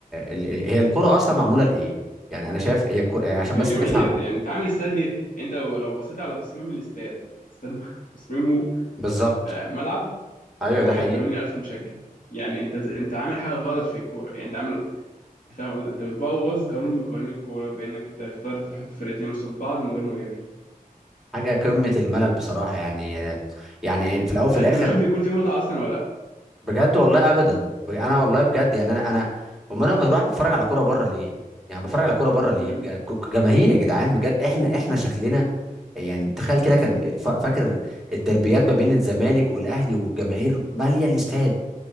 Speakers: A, in the centre; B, on the left.
A: ال- ال- هي الكرة اصلا معمولة لايه يعني انا شايف هي الكرة يعني عشان
B: يعني
A: بس
B: جماهير
A: نفهم
B: يعني انت عامل استاد ليه يعني انت لو لو بصيت على تصميم الاستاد استاد <laughs> تصميمه
A: بالظبط
B: آه، ملعب
A: ايوه
B: و80000
A: ده حقيقة
B: مشجع يعني انت انت عامل حاجه غلط في الكوره يعني انت عامل فاهم قصدي انت بتبوظ قانون من قوانين الكوره بانك تختار تحط فرقتين قصاد بعض من غير ما جماهير
A: حاجة قمة الملل بصراحة يعني يعني في الاول وفي
B: انت
A: الاخر
B: بتشوف بيكون في متعه اصلا ولا لا
A: بجد والله ابدا بج- انا والله بجد يعني انا انا امال انا بروح بتفرج على كوره بره ليه يعني بتفرج على كوره بره ليه
B: امم
A: بج- ك- جماهير يا جدعان بجد احنا احنا شكلنا يعني تخيل كده كان فا- فاكر الدربيات ما بين الزمالك والاهلي والجماهير ماليه الاستاد